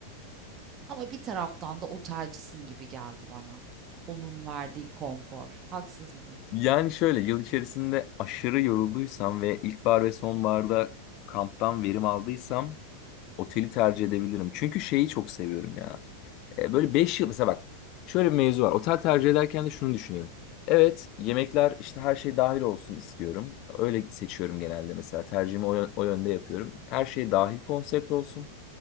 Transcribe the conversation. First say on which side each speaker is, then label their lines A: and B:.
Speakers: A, on the right; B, on the left.
A: Ama bir taraftan da otelcisin gibi geldi bana. Onun verdiği konfor. Haksız mıyım?
B: Yani şöyle yıl içerisinde aşırı yorulduysam ve ilkbahar ve sonbaharda kamptan verim aldıysam Oteli tercih edebilirim. Çünkü şeyi çok seviyorum ya. E, böyle 5 yıl mesela bak şöyle bir mevzu var. Otel tercih ederken de şunu düşünüyorum. Evet yemekler işte her şey dahil olsun istiyorum. Öyle seçiyorum genelde mesela tercihimi o, yö- o yönde yapıyorum. Her şey dahil konsept olsun.